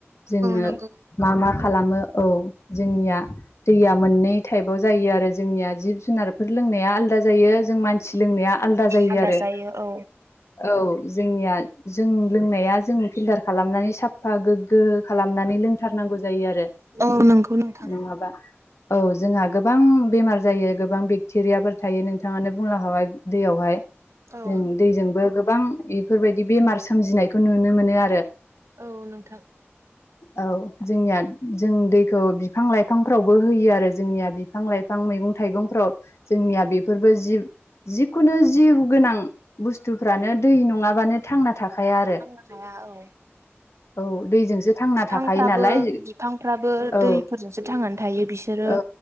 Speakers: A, on the left; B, on the right.
A: जोङो
B: नोंथां
A: मा मा खालामो औ जोंनिया दैया मोननै थाइफाव जायो आरो जोंनिया जिब जुनारफोर लोंनाया आलदा जायो जों मान सि लोंनाया आलादा जायो
B: आलदा
A: आरो
B: औ
A: औ जोंनिया जों लोंनाया जों फिल्टार खालामनानै साफा गोग्गो खालामनानै लों थारनांगौ जायो आरो
B: औ नंगौ नोंथां
A: नङाबा औ जोंहा गोबां बेमार जायो गोबां बेक्टेरियाफोर थायो नोंथाङानो बुंलांखाबाय दैयावहाय।
B: औ
A: जों दैजोंबो गोबां इफोरबायदि बेमार सोमजिनायखौ नुनो मोनो आरो।
B: औ नोंथां।
A: औ जोंनिया जों दैखौ बिफां लाइफांफ्रावबो होयो आरो जोंनिया बिफां लाइ फां मैगं थाइगंफ्राव जोंनिया बेफोरबो जिब जिखुनु जिउ गोनां बुस्थुफ्रानो दै नङाबानो थांना थाखाया आरो।
B: थांनो हाया औ
A: औ दैजोंसो थांना
B: बिफांफ्राबो
A: थाखायो नालाय
B: बिफांफ्राबो
A: औ
B: दैफोरजोंसो थांनानै थायो बिस सोरो
A: औ